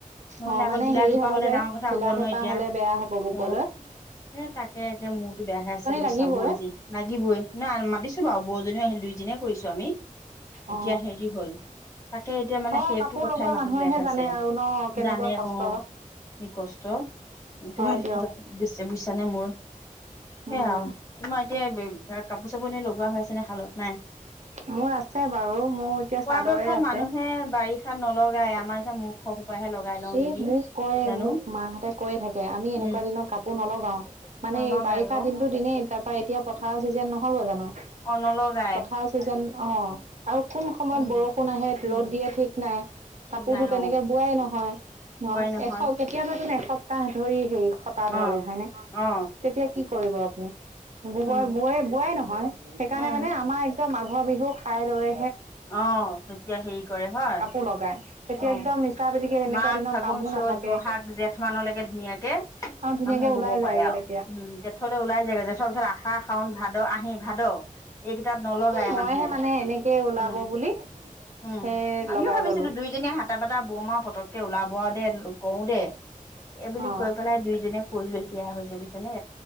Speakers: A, on the left; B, on the right.
A: নহ'লে
B: অহ,
A: আকৌ
B: মানে
A: ঢিলা
B: হেৰি
A: ঢুপা
B: হব
A: হ'লে
B: যে
A: ডাঙৰ কথা
B: ঢিলা
A: হ'ব নহয়
B: ধেপা
A: এতিয়া।
B: হলে বেয়া হব বুবলৈ।
A: অ', এ' তাকে মূৰতো বেয়াহে আছে বুইচা
B: লাগিবই
A: মোৰ আজি লাগিবয়ে নহ মাতিছো বাৰু ব বৌজনিও আহিল দুই জনিয়ে কৰিছো আমি
B: অ
A: এতিয়া হেৰি হল তেতিয়া মানে
B: অ
A: সেইটো
B: কাপোৰ
A: কথাই
B: লগোৱা
A: মাথাত
B: মানুহেহে
A: বেয়া হৈ
B: জানে
A: আছে
B: আৰু ন কেনেকুৱা
A: জানে
B: কষ্ট
A: অ', কি কষ্ট একদম
B: হয়
A: মানে
B: দিয়ক
A: কিবা লাগি গৈছে বুইছা নে মোৰ। সেয়া
B: উম
A: আৰু তোমাৰ এতিয়া কাপোৰ- চাপোৰ এনেই লগোৱা হৈ আছে নে শালত? নাই
B: মোৰ আছে বাৰু মোৰ এতিয়া চাদৰে
A: পৰাপক্ষত
B: আছে
A: মানুহে বাৰিষাত নল লগাই আমাৰ নিচিনা মূৰ্খ সোপাহে লগাই। লওঁ
B: এই
A: নেকি
B: মোক কয়
A: জানো
B: মোক মাহঁতে কৈয়ে থাকে আমি
A: উম
B: এনেকুৱা দিনৰ কাপোৰ নলগাও মানে
A: নলগাই
B: এই বাৰ বাৰিষা
A: অ
B: দিনটো দিনেই তাৰ পা এতিয়া পথাৰৰ চিজেন নহ'ব জানো।
A: অহ, নলগাই।
B: পথাৰ চিজন অ আৰু কোন সময়ত
A: উম
B: বৰষুণ আহে ৰ'দ
A: উম
B: দিয়ে ঠিক নাই
A: ঠিক
B: কাপোৰতো
A: নাই
B: তেনেকে
A: অ
B: পোৱাই নহয় ন
A: বোৱাই নহয়
B: এশ কেতিয়াবা তোন এসপ্তাহ ধৰি হেই খটা ধৰে
A: অ
B: হয়নে
A: অ
B: তেতিয়া কি কৰিব আপুনি বো
A: উম
B: বো বোৱাই নহয় সেইকাৰণে
A: উম
B: মানে আমাৰ একদম মাঘৰ বিহু খাই লৈ
A: অহ তেতিয়া হেৰি কৰে হয়
B: কাপোৰ লগাই তেতিয়া
A: অ
B: একদম মিছা পিতিকে এনেকুৱা
A: মাঘ
B: দিনত
A: ফাগুন
B: কামো
A: চ'ত
B: নাথাকে
A: বহাগ জেঠ মানলৈকে ধুনীয়াকে
B: অ ধুনীয়াকে
A: মানুহে
B: ওলাই
A: বব
B: যায়গে
A: পাৰে আও
B: তেতিয়া
A: উম জেঠলৈ ওলাই যায়গে জেঠৰ পিছত আহাৰ শাউন ভাদ ভাদ আহি ভাদ এইকেইটাত নলগাই
B: এ মইহে
A: মানুহে
B: মানে এনেকে ওলাব
A: উম
B: বুলি
A: উম
B: সেই
A: আমিও
B: লগাই
A: ভাবিছিলো
B: ললো
A: দুইজনীয়ে হাতা বাতটা বৌমা পটকে ওলাব বোৱা দে কওঁ দে এইবুলি
B: অ
A: কৈ পেলাই দুইজনীয়ে কৰিলে দিয়া হৈছে বুইছ নে